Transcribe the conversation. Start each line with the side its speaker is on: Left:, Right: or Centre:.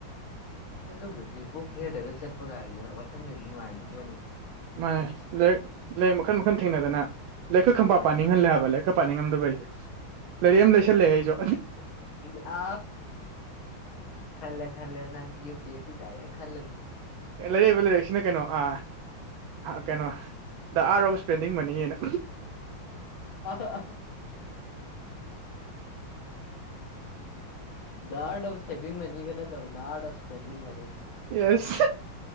Left: ꯑꯗꯨꯕꯨꯗꯤ ꯕꯨꯛ ꯐꯦꯔꯗꯅ ꯆꯠꯄ ꯀꯥꯏꯒꯤ ꯋꯥꯈꯜꯒꯗꯤ ꯅꯨꯡꯉꯥꯏꯔꯗꯤ ꯐꯣꯅꯤ
Right: ꯃꯥꯅꯦ ꯂꯥꯏꯔꯤꯛ ꯂꯥꯏꯔꯤꯛ ꯃꯈꯟ ꯃꯈꯜ ꯊꯦꯡꯅꯗꯅ ꯂꯥꯏꯛꯈꯛ ꯈꯪ ꯄ
Left: ꯃꯥꯅꯦ
Right: ꯄꯥ ꯅꯤꯡꯍꯜꯂꯦ ꯍꯥꯏꯕ ꯂꯥꯏ ꯈꯔ ꯄꯥꯅꯤꯡꯉꯝꯗꯕ ꯑꯩꯁꯦ ꯂꯩꯥꯏꯔꯛ ꯑꯃ ꯂꯩꯁꯜꯂꯑꯦ ꯑꯩꯁꯨ
Left: ꯑ ꯈꯜꯂꯦ ꯈꯜꯂꯦ ꯅꯪ ꯌꯨ ꯄꯤ ꯑꯦꯁ ꯁꯤ ꯇꯗꯥꯏꯔꯦ ꯈꯜꯂꯅꯤ
Right: ꯂꯩꯔꯛꯏꯕ ꯂꯥꯏꯔꯛꯁꯤꯅ ꯀꯩꯅꯣ ꯑ ꯀꯩꯅꯣ ꯗ ꯑꯥꯔ ꯑꯣꯐ ꯁ꯭ꯄꯦꯟꯗꯤꯡ ꯃꯅꯤꯉꯅ
Left: ꯑꯍ ꯑ ꯔꯐ ꯁꯦꯚ ꯃꯅꯤ ꯀꯩꯅ ꯇꯧꯕ ꯔ ꯁꯚ ꯃꯅꯤ
Right: ꯌꯦꯁ